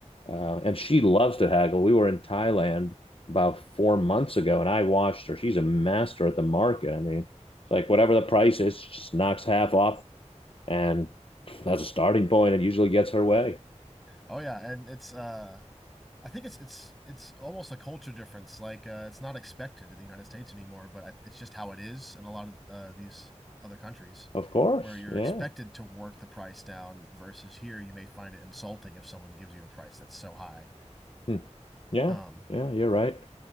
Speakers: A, on the left (about 50°); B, in the centre.
A: Uh, and she loves to haggle. We were in Thailand about four months ago and I watched her. She's a master at the market. I mean, it's like whatever the price is, she just knocks half off and that's a starting point. It usually gets her way.
B: Oh yeah, and it's uh I think it's it's it's almost a culture difference. Like uh, it's not expected in the United States anymore, but I, it's just how it is in a lot of uh, these other countries,
A: Of course.
B: where you're
A: Yeah.
B: expected to work the price down. Versus here, you may find it insulting if someone gives you a price that's so high.
A: Hmm. Yeah.
B: Um,
A: Yeah. You're right.